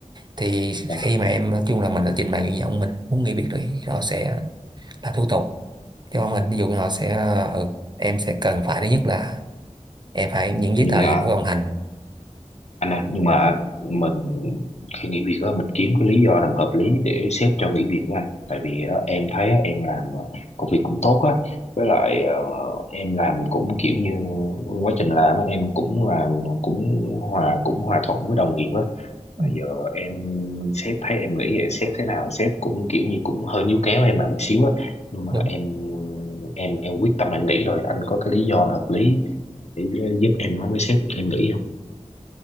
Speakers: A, on the right (about 35°); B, on the left (about 60°).
A: thì
B: dạ.
A: khi mà em nói chung là mình đã trình bày nguyện vọng mình muốn nghỉ việc thì họ sẽ làm thủ tục Chứ không mình ví dụ như họ sẽ ờ, ừ, em sẽ cần phải thứ nhất là em phải những
B: nhưng
A: giấy tờ
B: mà
A: gì em phải hoàn thành
B: anh ơi nhưng mà mình khi nghỉ việc á mình kiếm cái lý do làm hợp lý để sếp cho nghỉ việc của anh tại vì á, em thấy á, em làm ờ, công việc cũng tốt á với lại ờ, em làm cũng kiểu như quá trình làm á, em cũng làm cũng hòa cũng hòa thuận với đồng nghiệp á Và
A: Ừ,
B: giờ em sếp thấy em nghĩ vậy sếp thế nào sếp cũng kiểu như cũng hơi níu kéo em lại một xíu á nhưng mà
A: đúng
B: em em em quyết tâm em nghĩ rồi anh có cái lý do nào hợp lý để giúp em nói với sếp em nghĩ không